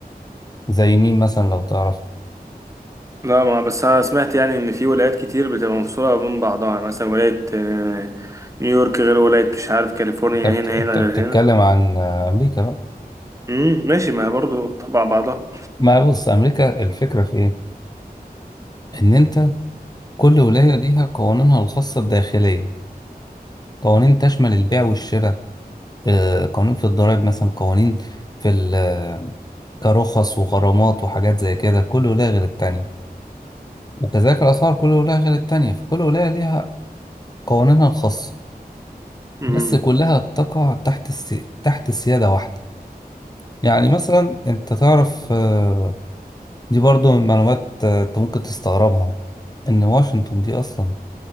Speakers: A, on the left; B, on the right.
A: <laughs> زي مين مثلا لو تعرف
B: لا ما بس أنا سمعت يعني إن في ولايات كتير بتبقى مفصولة بين بعضها يعني مثلا ولاية آه، نيويورك غير ولاية مش عارف كاليفورنيا
A: انت بت...
B: هنا
A: انت
B: هنا
A: بتتكلم
B: غير هنا
A: عن امريكا بقى
B: امم ماشي ما هي برضو تبع بعضها
A: ما بص امريكا الفكره في ايه ان انت كل ولايه ليها قوانينها الخاصه الداخليه قوانين تشمل البيع والشراء آه، قوانين في الضرائب مثلا قوانين في ال- كرخص وغرامات وحاجات زي كده كل ولاية غير التانية وكذلك الأسعار كل ولاية غير التانية فكل ولاية ليها قوانينها الخاصة
B: امم
A: بس كلها تقع تحت السي... تحت سيادة واحدة يعني مثلا أنت تعرف آه، دي برضو من معلومات آه، أنت ممكن تستغربها إن واشنطن دي أصلا